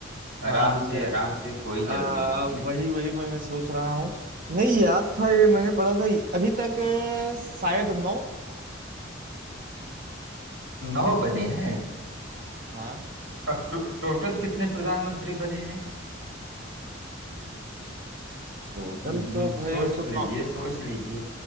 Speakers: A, on the right; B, on the right.
A: हाँ
B: आराम
A: भैया
B: से आराम से कोई
A: आ,
B: जल्दी नहीं
A: वही
B: है
A: वही मैं, मैं सोच रहा हूँ नहीं याद था ये मैंने पढ़ा था ये। अभी तक अ, शायद नौ
B: नौ बने हैं
A: हाँ
B: और टो, टोटल कितने प्रधानमंत्री बने हैं
A: टोटल
B: हम्म,
A: तो भाई
B: सोच
A: उसको कौ-
B: लीजिए सोच लीजिए